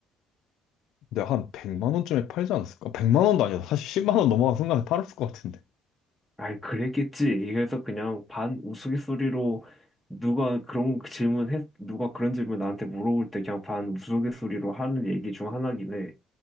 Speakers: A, on the left; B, in the centre.
A: 근데 한 100만 원쯤에 팔지 않았을까? 100만 원도 아니다. 사실 10만 원 넘어간 순간에 팔았을 것 같은데.
B: 아이 그랬겠지. 그래서 그냥 반 우스갯소리로 누가 그런 질문 해 누가 그런 질문 나한테 물어볼 때 그냥 반 우스갯소리로 하는 얘기 중 하나긴 해.